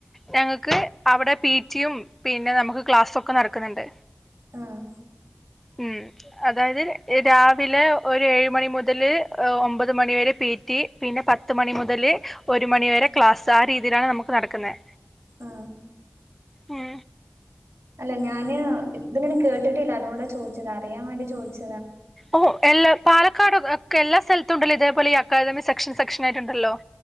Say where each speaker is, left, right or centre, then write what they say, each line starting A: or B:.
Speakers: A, in the centre; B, on the right.
A: ഞങ്ങക്ക് അവിടെ പീ ജി യും പിന്നെ നമുക്ക് ക്ലാസ്സാെക്കെ നടക്ക്ണ് ണ്ട്
B: ആഹ്
A: ഉം അതായത് രാവിലെ ഒരു ഏഴ് മണി മുതല് ഒമ്പത് മണി വരെ പീ പിടി പിന്നെ പത്ത് മണി മുതൽ ഒരു മണിവരെ ക്ലാസ്സ് ആ രീതിയിലാണ് നമുക്ക് നടക്കുന്നത്
B: ആ
A: ഉം
B: അല്ല ഞാന് ഇതിങ്ങനെ കേട്ടിട്ടില്ല അതുകൊണ്ടാ ചോദിച്ചത് അറിയാൻ വേണ്ടി ചോദിച്ചത്
A: ഓഹ എല്ല- പാലക്കാട് ഒ എല്ലാ സ്ഥലത്തും ഉണ്ടല്ലോ ഇതേപോലെ അക്കാദമി സെക്ഷൻ സെക്ഷൻ ഉണ്ടല്ലോ